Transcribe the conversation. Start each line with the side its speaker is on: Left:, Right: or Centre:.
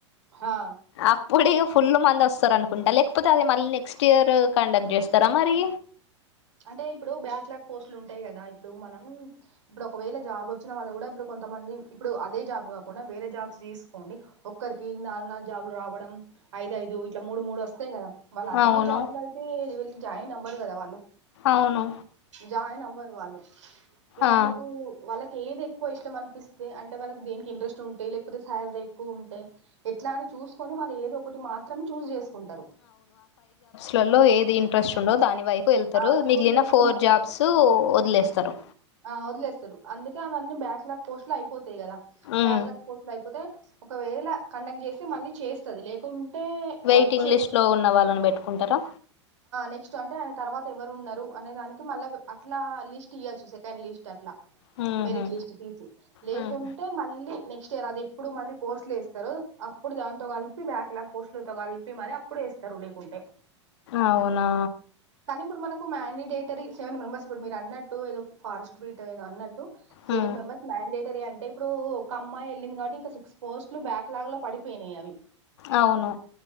Right: హా
Left: అప్పుడు ఇగ ఫుల్ మ వస్తారునుకుంటా లేకపోతే అది మళ్ళీ నెక్స్ట్ ఇయర్ కండక్ట్ చేస్తారా మరి
Right: అంటే ఇప్పుడు బ్యాక్లాగ్ పోస్ట్లు ఉంటాయి కదా ఇప్పుడు మనం ఇప్పుడు ఒకవేళ జాబ్ వచ్చిన వాళ్ళు కూడా ఇప్పుడు కొంతమంది ఇప్పుడు అదే జాబ్ కాకుండా వేరే జాబ్స్ తీసుకోండి ఒక్కరికి నాలు నాలుగు జాబ్లు రావడం ఐదు ఐదు ఇట్లా మూడు మూడు వస్తాయి కదా వాళ్ళు అన్ని
Left: అవును.
Right: జాబ్లు అయితేళ్ళి జాయి నవ్వర్ కదా వాళ్ళు
Left: అవును.
Right: జాయి నవ్వర్ వాళ్ళు వాళ్ళకు
Left: ఆ!
Right: వాళ్ళ ఏది ఎక్కువ ఇష్టం అనిపిస్తే అంటే వాళ్కి దేనికి ఇంట్రెస్ట్ ఉంటాయి లేకపోతే శాలరీ ఎక్కువ ఉంటయ్ ఎట్లా చూసుకొని వాళ్ళు ఏదో ఒకటి మాత్రం చూజ్ చేసుకుంటరు
Left: లలో ఏది ఇంట్రెస్ట్ ఉండో దాని వైపు వెళ్తరు
Right: ఆ చూస్
Left: మిగిలిన
Right: చేసుకున్న
Left: ఫోర్ జాబ్స్ వదిలేస్తరు
Right: ఆ వదిలేస్తారు అందుకే అవన్నీ బ్యాక్ లాగ్ పోస్ట్ లో అయిపోతాయి కదా
Left: హ్మ్.
Right: బ్యాక్ లాగ్ పోస్ట్ లో అయిపోతే ఒకవేళ కండక్ట్ చేస్తే మళ్ళీ చేస్తది లేకుం టే
Left: వెయిటింగ్
Right: వచ్చే
Left: లిస్ట్‌లో ఉన్న వాళ్ళని బెట్టుకుంటారా?
Right: నెక్స్ట్ అంటే తర్వాత ఎవరు ఉన్నరు అనే దానికి మళ్ళా అట్లా లిస్ట్ ఇయ్యచ్చు సెకండ్ లిస్ట్ అట్లా
Left: హుహు.
Right: మెరిట్ లిస్ట్ తీసి లేకుంటే
Left: హ్మ్.
Right: మళ్ళీ నెక్స్ట్ రు అది ఎప్పుడు మళ్ళ పోస్ట్లు వేస్తరో అప్పుడు దాంతో కలిపి బ్యాక్ లాగ్ పోస్టులతో కలిపి మరి అప్పుడు వేస్తరు రులేకుంటే
Left: అవునా
Right: కానీ ఇప్పుడు మనకు మ్యాండిడేటరీ సెవెన్ మెంబర్స్ ఇప్పుడు మీరు అన్నట్టు ఏదో ఫారెస్ట్ బీట్ ఏదో అన్నట్టు సెవెన్
Left: హ్మ్.
Right: మెంబర్స్ మ్యాండే అంటే ఇప్పుడు ఒక అమ్మాయి వెళ్ళింది కాబట్టి ఇంకా సిక్స్ పోస్ట్లు బ్యాక్లాగ్ లో పడిపోయినాయి అవి
Left: అవును